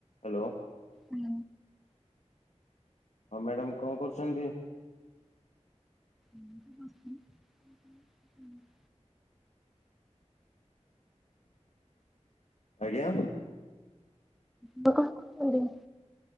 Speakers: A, on the left; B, in the centre.
A: ହାଲୋ।
B: ହୁଁ।
A: ଆଉ ମାଡାମ୍ କଣ କରୁଚନ୍ତି?
B: ଏମିତି ବସିଥିଲି ଣ <inaudible>
A: ଆଜ୍ଞା।
B: ଆପଣ କଣ କରୁଛନ୍ତି?